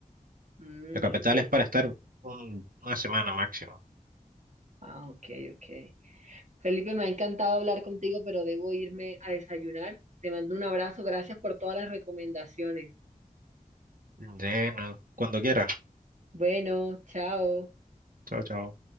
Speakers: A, on the right; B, on the right.
A: Mm,
B: La capital
A: ok.
B: es para estar un- una semana máximo.
A: Ah, ok, ok. Felipe, me ha encantado hablar contigo, pero debo irme a desayunar. Te mando un abrazo, gracias por todas las recomendaciones.
B: De, no, cuando quieras.
A: Bueno, chao.
B: Chao, chao.